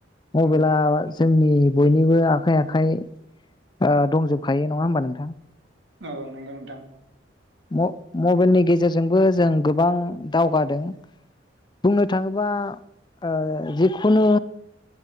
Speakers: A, on the left; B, on the right.
A: मबाइला
B: औ
A: जोंनि बयनिबो आखाइ आखाइ ओ दंजोबखायो नंङा होमबा नोंथां
B: औ नंगौ नोंथां
A: म मबाइलनि गेजेरजोंबो जों गोबां दावगादों बुंनो थांङोबा ओ जिखुनु